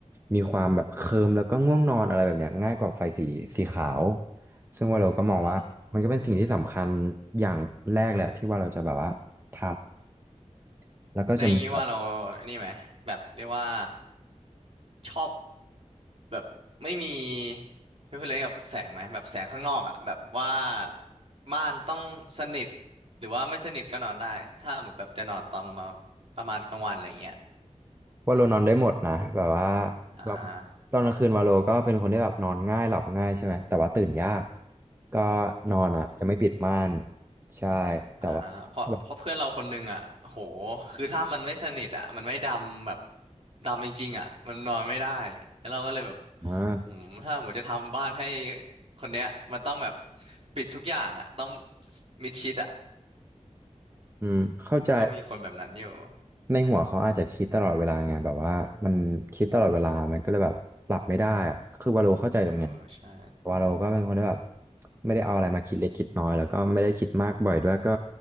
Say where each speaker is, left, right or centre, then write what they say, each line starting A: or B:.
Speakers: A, on the right (about 20°); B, on the right (about 50°).
A: มีความแบบเคลิ้มแล้วก็ง่วงนอนอะไรแบบเนี้ยง่ายกว่าไฟสีสีขาวซึ่งว่าเราก็มองว่ามันก็เป็นสิ่งที่สำคัญอย่างแรกแหละที่ว่าเราจะแบบว่าท
B: อือหือ
A: ำแล้วก็จะมีแบบ
B: ได้วอย่างงี้ว่าเราไอันนี้ไหมแบบเรียกว่าชอบแบบไม่มีเพอเฟกกับแสงไหมแบบแสงข้างนอกอ่ะแบบว่าม่านต้องสนิทหรือว่าไม่สนิทก็นอนได้ถ้าหมดแบบจะนอนตอนมาประมาณกลางวันอะไรเงี้ย
A: ว่าเรานอนได้หมดนะแบบว่า
B: อ่า
A: เราตอนกลางคืนวาโลก็เป็นคนที่แบบนอนง่ายหลับง่ายใช่ไหมแต่ว่าตื่นยากก็นอนอ่ะจะไม่ปิดม่านใช่แต่ว่าแบบ
B: อ่าเพราะเพราะเพื่อนเราคนหนึงอ่ะโหคือถ้ามันไม่สนิทอ่ะมันไม่ดำแบบดำจริงๆอ่ะมันนอนไม่ได้แล้วเราก็เลยแบบ
A: มาก
B: หืมถ้าหมดจะทำบ้านให้คนเนี้ยมันต้องแบบปิดทุกอย่างอ่ะต้องมิดชิดอ่ะ
A: อืมเข้าใจ
B: มันก็มีคนแบบนั้นอยู่
A: ในหัวเขาอาจจะคิดตลอดเวลาไงแบบว่ามันคิดตลอดเวลามันก็เลยแบบปรับไม่ได้อะคือวาโลเข้าใจตรงเนี้ย
B: เออใช่
A: วาโลก็เป็นคนที่แบบไม่ได้เอาอะไรมาคิดเล็กคิดน้อยแล้วก็ไม่ได้คิดมากบ่อยด้วยก็